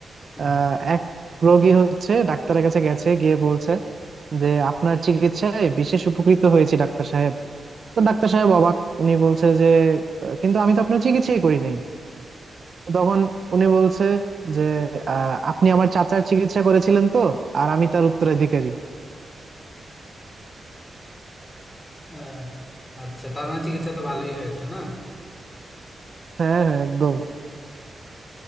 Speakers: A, on the left; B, on the right.
A: হুম,
B: আহ, এক রোগী হচ্ছে ডাক্তারের কাছে গেছে গিয়ে বলছে যে আপনার চিকিৎসায় বিশেষ উপকৃত হয়েছি ডাক্তার সাহেব তো ডাক্তার সাহেব অবাক উনি বলছে যে আহ, কিন্তু আমি তো আপনার চিকিৎসাই করি
A: হুম।
B: নাই তো তখন উনি বলছে যে আহ, আপনি আমার চাচার চিকিৎসা করেছিলেন তো আর আমি তার উত্তরাধিকারী
A: আহ, আচ্ছা তার মানে চিকিৎসা তো ভালোই হয়েছে না
B: হ্যাঁ হ্যাঁ একদম